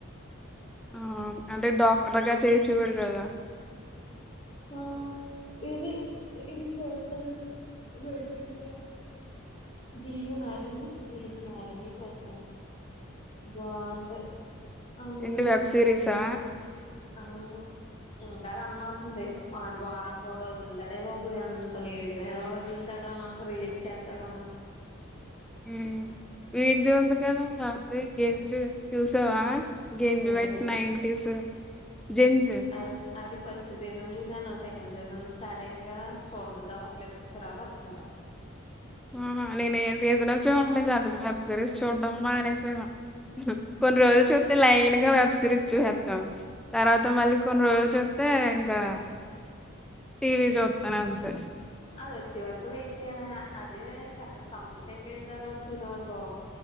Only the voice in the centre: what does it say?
ఆ అంటే డాక్టర్గా చేసేవాడు కదా
ఏంటి వెబ్
సిరీసా
ప్ర ఉమ్ వీడిది ఉంది కదా గెంజ్ చూసావా గెంజ్
వెడ్స్ నాన్టీస్ జెన్జి
ఆహా నేను ఏ సీజను చూడలేదు అసలు వెబ్ సిరీస్ చూడ్డం మనేసాను కొన్ని రోజులు చూస్తే లైన్ గా వెబ్ సిరీస్ చూసేస్తాం తర్వాత మళ్ళీ కొన్ని రోజులు చూస్త అంతే ఇంకా టీవీ చూస్తాను అంతే